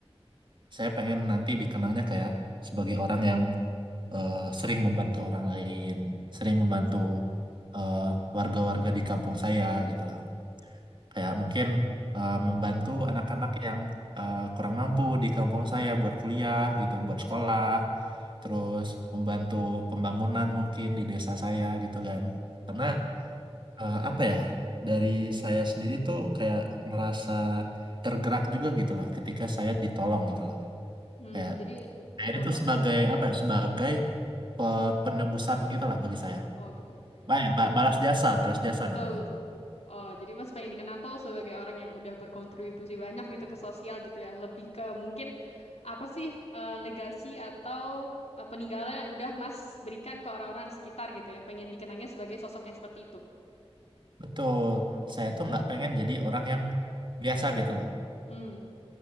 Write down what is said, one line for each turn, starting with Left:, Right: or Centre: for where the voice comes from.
Right: saya pengen nanti dikenangnya kayak sebagai orang yang eh, sering membantu orang lain, sering
Left: Hmm.
Right: membantu eh, warga-warga di kampung saya gitu lah. Kayak mungkin eh, membantu anak-anak yang eh, kurang mampu di kampung saya buat kuliah gitu, buat sekolah, terus membantu pembangunan mungkin di desa saya gitu kan. Karena
Left: Oh.
Right: eh, apa ya, dari saya sendiri tuh kayak merasa tergerak juga gitu lah ketika saya ditolong gitu lah.
Left: Hmm,
Right: Kayak
Left: jadi
Right: kayak
Left: eh,
Right: ini
Left: Mas,
Right: tuh sebagai apa ya, sebagai pe- penebusan gitu lah bagi saya.
Left: oh betul.
Right: Wah, ya,
Left: J-
Right: ba- balas jasa, balas jasa
Left: Betul,
Right: namanya.
Left: betul. Oh, jadi Mas pengen dikenang tuh sebagai orang yang udah berkontribusi banyak gitu ke sosial gitu ya. Lebih ke mungkin Apa sih eh, legasi atau eh, peninggalan yang udah Mas berikan ke orang-orang di sekitar gitu ya? Pengen dikenangnya sebagai sosok yang seperti itu.
Right: Betul, saya tuh
Left: Hmm.
Right: nggak pengen jadi orang yang biasa gitu loh.
Left: Hmm.